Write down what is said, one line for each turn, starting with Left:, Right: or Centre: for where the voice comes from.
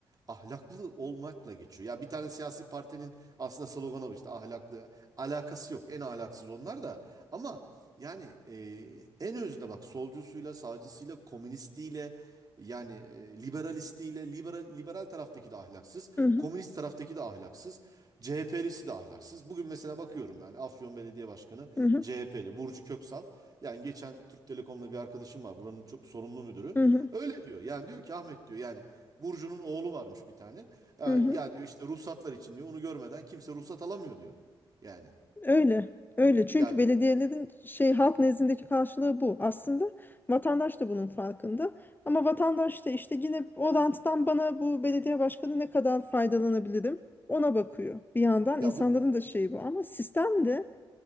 Right: ahlaklı olmakla geçiyor. Ya bir tane siyasi partinin aslında sloganı bu işte ahlaklı alakası yok. En ahlaksız onlar da ama yani e, en özünde bak solcusuyla, sağcısıyla, komünistiyle yani e, liberalistiyle, liberal, liberal taraftaki de ahlaksız,
Left: Hı hı,
Right: komünist taraftaki de ahlaksız, CHP'lisi de ahlaksız. Bugün mesela bakıyorum yani Afyon Belediye Başkanı
Left: hı hı,
Right: CHP'li Burcu Köksal. Yani geçen Türk Telekom'da bir arkadaşım var buranın çok sorumlu müdürü.
Left: hı hı,
Right: Öyle diyor yani diyor ki Ahmet diyor yani Burcu'nun oğlu varmış bir tane. Ya,
Left: hı hı.
Right: ya diyor işte ruhsatlar için diyor onu görmeden kimse ruhsat alamıyor diyor. Yani
Left: Öyle. Öyle. Çünkü
Right: ya
Left: belediyelerin şey halk nezdindeki karşılığı bu. Aslında vatandaş da bunun farkında. Ama vatandaş da işte yine o ranttan bana bu belediye başkanı ne kadar faydalanabilirim ona bakıyor. Bir yandan
Right: ya
Left: insanların
Right: bu
Left: da şeyi bu ama sistemde